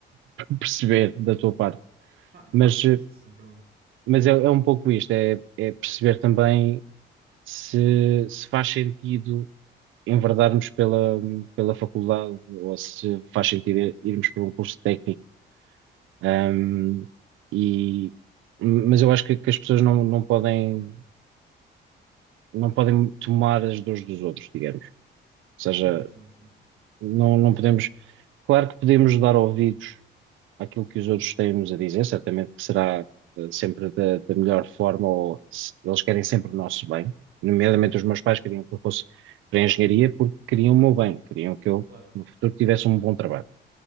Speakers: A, on the right (about 80°); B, on the right (about 50°).
A: perceber da tua parte.
B: Ah, não,
A: Mas
B: sem,
A: eh,
B: sem sem problema.
A: Mas é, é um pouco isto, é, é perceber também se, se faz sentido enverdarmos pela, pela faculdade ou se faz sentido ir- irmos por um curso técnico. Ahm, e, mas eu acho que, que as pessoas não, não podem, não podem tomar as dores dos outros, digamos. Ou seja,
B: Sim, sim, sim, sim.
A: não, não podemos. Claro que podemos dar ouvidos àquilo que os outros têm-nos a dizer, certamente que será eh, sempre da, da melhor forma, ou se- eles querem sempre o nosso bem, nomeadamente
B: Uhum.
A: os meus pais queriam que eu fosse para a engenharia porque queriam o meu bem, queriam que eu
B: Claro.
A: no futuro tivesse um bom trabalho.